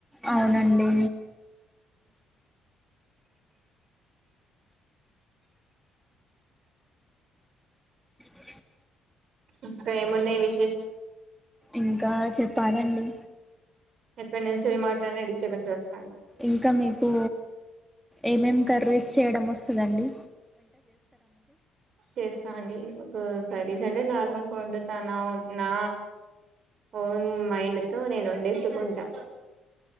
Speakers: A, in the centre; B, on the right.
A: అవునండి స బ
B: ఇంకా ఏం ఉన్నాయి విష్
A: ఇంకా చెప్పాలండి
B: ఎక్కడ నుంచి మాట్లాడినే డిస్టర్బెన్స్ వస్తాయి
A: ఇంకా మీకు ఏమేం కర్రీస్ చేయడం వస్తుందండి
B: చేస్తా అండి ఒక కర్రీస్ అంటే నార్మల్ గా వండుతనం నా ఓన్ మైండ్ తో నేను వండేసుకుంటా